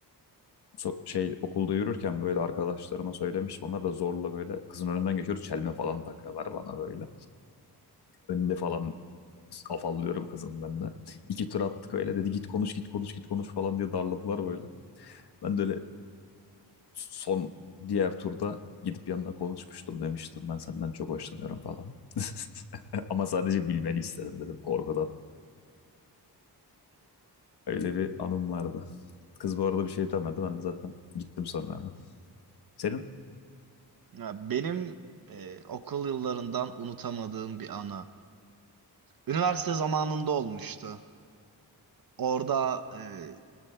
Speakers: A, on the left; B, on the right.
A: So- şey okulda yürürken böyle arkadaşlarıma söylemiştim. Onlar da zorla böyle kızın önünden geçiyor. Çelme falan takıyorlar bana böyle. Önünde falan afallıyorum kızın ben de. İki tur attık öyle. Dedi git konuş git konuş git konuş falan diye darladılar böyle. Ben de öyle son diğer turda gidip yanına konuşmuştum demiştim. Ben senden çok hoşlanıyorum falan. <laughs> Ama sadece bilmeni istedim dedim korkudan. Öyle bir anım vardı. Kız bu arada bir şey demedi. Ben de zaten gittim sonra hemen. Senin
B: Ya benim e, okul yıllarından unutamadığım bir anı. Üniversite zamanında olmuştu. Orada e,